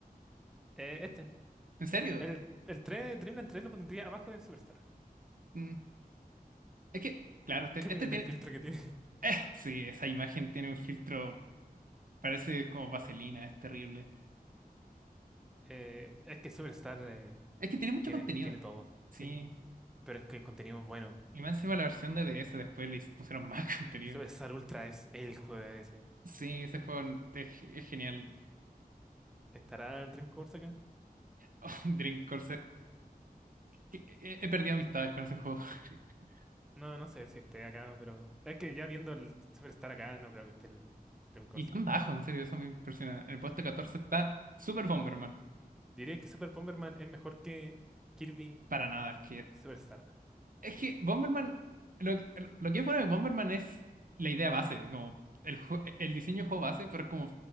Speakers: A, in the centre; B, on the right.
A: este,
B: ¿En serio?
A: el, el 3, Dreamland 3 lo pondría abajo del Superstar.
B: Mm, es que, claro, este,
A: ¿Qué opináis
B: este tiene.
A: del filtro que tiene? <laughs>
B: Eh, sí, esa imagen tiene un filtro. Parece como vaselina, es terrible.
A: Eh, es que Superstar eh,
B: Es que tiene mucho
A: tiene,
B: contenido.
A: tiene todo, sí.
B: Sí.
A: Pero es que el contenido es bueno.
B: Y más encima la versión de DS después le pusieron más <laughs> contenido.
A: Superstar Ultra es el juego de ese.
B: Sí, ese juego es, es genial.
A: ¿Estará el Dream Course acá?
B: <laughs> Dream Course que- He, he perdido amistades con ese juego. <laughs>
A: No, no sé si esté acá, pero es que ya viendo el Superstar acá, no creo que esté el Dream Course.
B: Y tan bajo, en serio, eso me impresiona. En el puesto 14 está Super Bomberman.
A: Diré que Super Bomberman es mejor que Kirby
B: Para nada, es que.
A: Superstar.
B: Es que Bomberman. Lo, que- lo que es bueno de Bomberman es la idea base, como el, jue- el diseño de juego base, pero es como